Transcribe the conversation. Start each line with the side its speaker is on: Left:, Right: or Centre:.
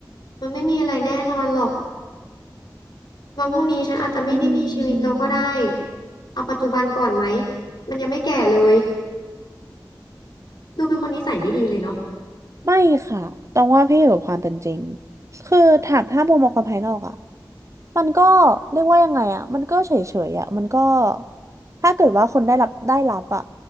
Left: มันไม่มีอะไรแน่นอนหรอกวันพรุ่งนี้ฉันอาจจะไม่ได้มีชีวิตเราก็ได้
Right: อืม
Left: เอาปัจจุบันก่อนไหม มันยังไม่แก่เลย ดูเป็นคนนิสัยไม่ดีเลยเนาะ
Right: ไม่ค่ะต้องว่าพี่อยู่กับความเป็นจริงคือถามถ้ามุมมองคนภายนอกอะมันก็เรียกว่ายังไงอะมันก็เฉยเฉยอะมันก็ถ้าเกิดว่าคนได้รับได้รับอะ